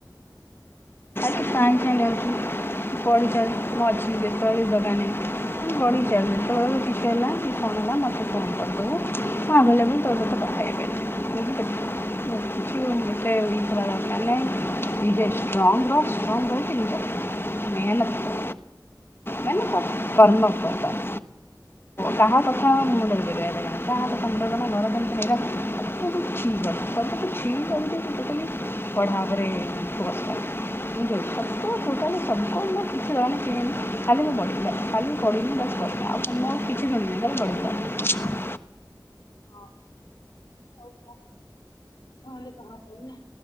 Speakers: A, on the left; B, on the left.
A: <inaudible> ପଢିଚାଲେ ଯେତେବଳେ କିଛି ହେଲା କି କଣ ହେଲା ମତେ ଫୋନ୍ କରିଦବୁ। ହଁ ଭଲ ତୋ <unintelligible> <unintelligible> ଏତେ ୱିକ୍ ହବା ଦରକାର୍ ନାହିଁ ନିଜେ ଷ୍ଟ୍ରଙ୍ଗ ରହ। <unintelligible> ମେହେନତ୍ କର୍। ମାନେ <unintelligible> କର୍ମ କର ବାସ୍। କାହା କଥା ମୁଣ୍ଡରେ ପୁରେଇବା ଦରକାର୍ ନାହିଁ, କାହା କଥା ମୁଣ୍ଡରେ ପୁରାନା <unintelligible> ସବୁ କୁ ଛି କରିଦେ, ସବୁ କୁ ଛି କରିଦେଇକି ଟୋଟାଲି ପଢ଼ା ଉପରେ ଫୋକସ୍ କର୍। <inaudible> <inaudible>
B: <unintelligible> ନହେଲେ ତ ହବନି।